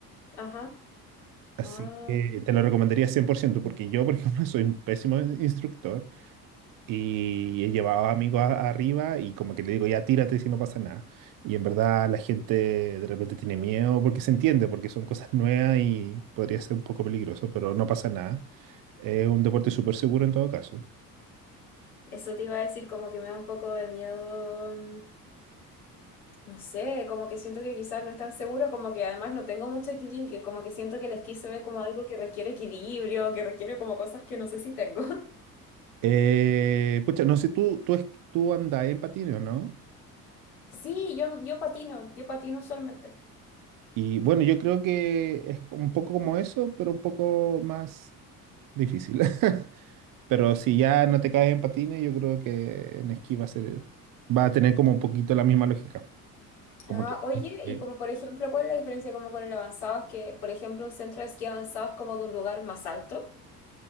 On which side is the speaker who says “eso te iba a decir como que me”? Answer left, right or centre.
Left